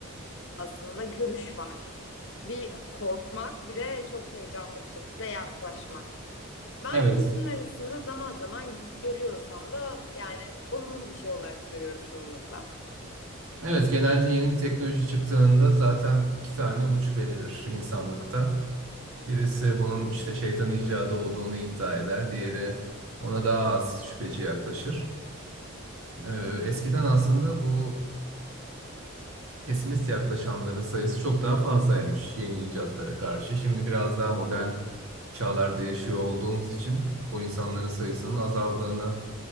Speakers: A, on the left; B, on the right.
A: aslında görüş var. Bir korkmak bir de çok heyecanlı bir şekilde yaklaşmak. Ben
B: Evet.
A: ikisinin arasında zaman zaman gidip geliyorsam da yani olumlu bir şey olarak görüyorum çoğunlukla.
B: Evet, genelde yeni bir teknoloji çıktığında zaten iki tane uç belirir insanlıkta. Birisi bunun işte şeytan icadı olduğunu iddia eder, diğeri ona daha az şüpheci yaklaşır. Ee, eskiden aslında bu pesimist yaklaşanların sayısı çok daha fazlaymış yeni icatlara karşı. Şimdi biraz daha modern çağlarda yaşıyor olduğumuz için o insanların sayısının azaldığını